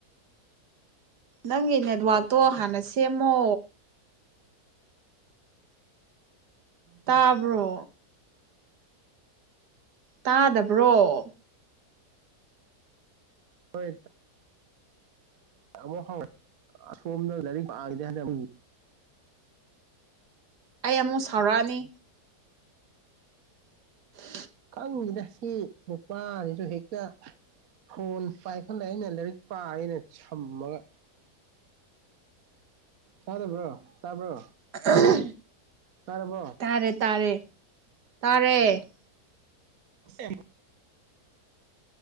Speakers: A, on the right (about 80°); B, on the right (about 65°).
A: ꯅꯪꯒꯤ ꯅꯦꯠꯋꯥꯛꯇꯣ ꯍꯥꯟꯅ ꯁꯦꯝꯃꯣ꯫ ꯇꯥꯕ꯭ꯔꯣ꯫ ꯇꯥꯗꯕ꯭ꯔꯣ꯫
B: ꯍꯣꯏ ꯑꯃꯨꯛ ꯍꯥꯎ ꯑꯁꯣꯝꯅ ꯂꯥꯏꯔꯤꯛ ꯄꯥꯒꯗꯤ ꯍꯟꯗꯛ꯫
A: ꯑꯩ ꯑꯃꯨꯛ ꯁꯥꯎꯔꯛꯑꯅꯤ꯫ <unintelligible>
B: ꯈꯪꯉꯤꯅ ꯁꯤ ꯅꯨꯄꯥꯁꯤꯁꯨ ꯍꯦꯛꯇ꯫ ꯐꯣꯟ ꯄꯥꯏꯈꯠꯂꯦ ꯑꯩꯅ ꯂꯥꯏꯔꯤꯛ ꯄꯥ ꯑꯩꯅ ꯁꯝꯃꯒ꯫ ꯇꯥꯗꯕ꯭ꯔꯣ ꯇꯥꯕ꯭ꯔꯣ꯫
A: ꯎ <unintelligible>
B: ꯇꯔꯕꯣ꯫
A: ꯇꯥꯔꯦ ꯇꯥꯔꯦ ꯇꯥꯔꯦ꯫
B: ꯑꯦ <unintelligible>